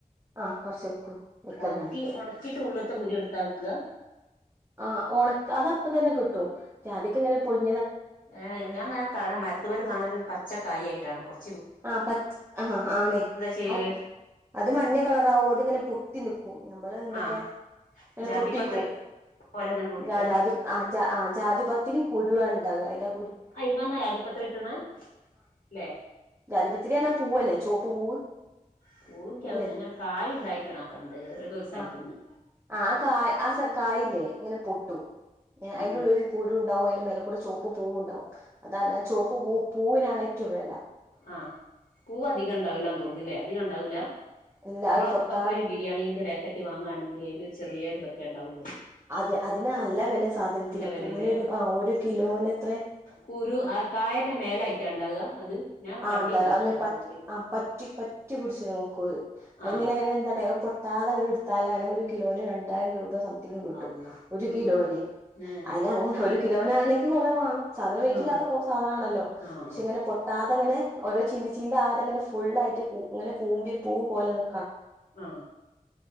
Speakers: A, on the right (about 20°); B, on the left (about 65°).
A: ആ പറിച്ച് വെക്കും വെക്കലാണ്
B: ഉണക്കി ഉണക്കിട്ട് ഉള്ള്ത്തെ കുരു എടുതാ വിക്കാ?
A: ആ ഓണക്ക് അതപ്പതെന്നെ കിട്ടും ജാതിക്ക ഇങ്ങനെ പൊളി
B: ഞാൻ ഇങ്ങ കാണ മരത്ത്മൽ കാണൽ ഇങ്ങനെ ഒരു പച്ചക്കായി ആയിട്ടാണ് കൊർ
A: ആ പച്ച ഹാ ആണ്
B: ചെയ്യല്
A: അ അത് മഞ്ഞ കളറാവോ അതിങ്ങനെ പൊത്തി നിക്കും ഞമ്മള് എന്താ
B: ആ
A: പറയാ? അങ്ങനെ
B: ജാതിപത്രി
A: പൊട്ടിക്കും
B: പോലെങ്ങനെ പൊട്ടിക്കലാ
A: ജാ ജാതി ആ ജാതിപത്തിരി കുരുവാ ണ്ടാവാ അയിന്റെ
B: അയിമെന്ന ജാതി പത്രി കിട്ട്ണേ ല്ലേ?
A: ജാതിപത്രി എന്നാ പൂവല്ലേ ചോപ്പ് പൂവ്.
B: പൂവിക്ക്യവും
A: അല്ലെ
B: ഞാങ്ങനെ കായ് ഇ ണ്ടായിക്കണ കണ്ട് ഏതോരു സ്ഥലത്തന്ന്.
A: ആ ആ കായ് ആ സ കായില്ലേ ഇങ്ങനെ പൊട്ടു ഏ
B: ഉം
A: അയ്ന്റെ ഉള്ളിൽ ഒരു കുരു ഇണ്ടാവും അയിന്റെ മേലക്കൂടെ ചോപ്പ് പൂവുണ്ടാവും. അതാണ് ഞ ചുവപ്പ് പൂ പൂവിനാണ് ഏറ്റവും വെല.
B: ആ പൂവ് അധികം ഇണ്ടാവൂല തോന്ന്ണ്ട്ലേ അധികം ഉണ്ടാവൂല?
A: ഇല്ല
B: നമ്മളൊക്കെ
A: അത് പൊട്ടാതെ
B: ഇപ്പൊ ഒരു ബിരിയാണീന്റെ പേക്കറ്റ് വാങ്ങാ ണെങ്കിൽ അയില് ഒരു ചെറിയ ഇതൊക്കെ ഉണ്ടാവൊള്ളൂ.
A: അത് അതിന് നല്ല വെലെ സാധനത്തിന്
B: വിലയല്ലേ
A: പൂനൊരു ആ ഒരു കിലോനെത്രെ?
B: കുരു ആ കായന്റെ മേലായിറ്റാ ഇണ്ടാവ അത് ഞാൻ
A: ആ
B: കണ്ടില്ല
A: ഉണ്ടാവാ അഹ്ങ്ങനെ
B: കാന
A: പ
B: ചോദിക്കല്
A: പറ്റി പറ്റി പിടിച്ച് ങ്ങനെ നിക്കത് അഹ്ങ്ങനെങ്ങനെ
B: ആഹ്
A: എന്താണ് പൊട്ടാതെ ഇങ്ങനെ ഇട്ത്താലാണ് ഒരു കിലോന് രണ്ടായിരം രൂപ സംതിങ്
B: അള്ളാ
A: ഒരു
B: ആഹ്
A: കിലോന്
B: ഏ
A: അയിനങ്ങ ഒരു കിലോനാണെങ്കിൽ കൊറെ വാണം. സാധനം വെയ്റ്റില്ലാത്ത
B: ആഹ്
A: പോ സാധനണല്ലോ പക്ഷെ
B: ആഹ്
A: ഇങ്ങനെ പൊട്ടാതെങ്ങനെ ഓരോ ചീന്ത് ചീന്ത്‌ അകതെങ്ങനെ ഫുള്ളായിട്ട് ഇങ്ങനെ കൂമ്പി പൂ പോലെ നി
B: ആ